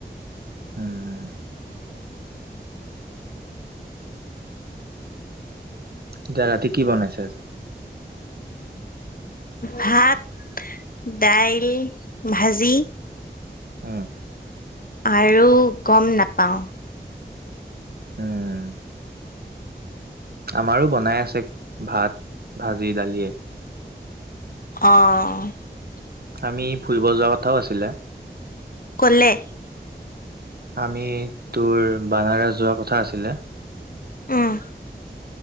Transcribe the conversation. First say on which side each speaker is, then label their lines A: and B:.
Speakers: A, on the right; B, on the left.
A: উম। এতিয়া ৰাতি কি বনাইছে আজি।
B: ভাত, দাইল, ভাজি।
A: উম।
B: আৰু গম নাপাওঁ।
A: হম। আমাৰো বনাই আছে, ভাত, ভাজি, দালিয়ে।
B: অঁ।
A: আমি ফুৰিব যোৱা কথাও আছিলে।
B: কলে?
A: আমি, তোৰ বানাৰস যোৱা কথা আছিলে।
B: উম।